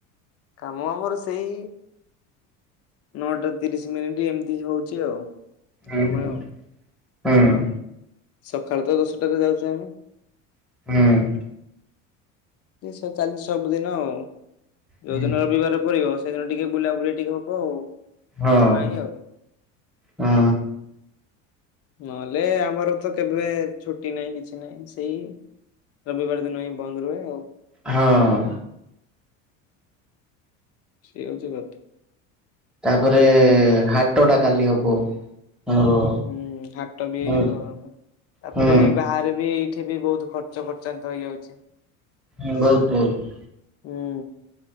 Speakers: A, on the left; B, in the centre.
A: କାମ ଆମର ସେଇ ନଅଟା ତିରିଶ ମିନିଟ୍ ଏମିତି ହଉଛି ଆଉ।
B: ହୁଁ
A: ସମୟ।
B: ହୁଁ ହୁଁ।
A: ସକାଳେ ତ ଦଶଟାରେ ଯାଉଛେ ଆମେ।
B: ହୁଁ।
A: ଏସ ଚାଲିଛି ସବୁଦିନ ଆଉ ଯୋଉଦିନ
B: ହୁଁ
A: ରବିବାର ପଡ଼ିବ ସେଇଦିନ ଟିକେ ବୁଲାବୁଲି ଟିକେ ହବ ଆଉ
B: ହଁ
A: ନହେଲେ ନାଇଁ ଆଉ।
B: ହଁ
A: ନହେଲେ ଆମର ତ କେବେ ଛୁଟି ନାହିଁ କିଛି ନାହିଁ ସେଇ ରବିବାର ଦିନ ହିଁ ବନ୍ଦ ରୁହେ ଆଉ।
B: ହଁ।
A: ସେ ହେଉଛି କଥା।
B: ତାପରେ ହାଟଟା କାଲି ହବ ଆମର।
A: ହୁଁ ହାଟ ବି ହେଇବ
B: ହୁଁ
A: ତାପରେ
B: ବହୁତ
A: ବି ବାହାରେ ବି ଏଇଠି ବି ବହୁତ ଖର୍ଚ୍ଚ ଖର୍ଚ୍ଚାନ୍ତ ହେଇଯାଉଛି।
B: ହଁ ବହୁତ ବହୁତ।
A: ହୁଁ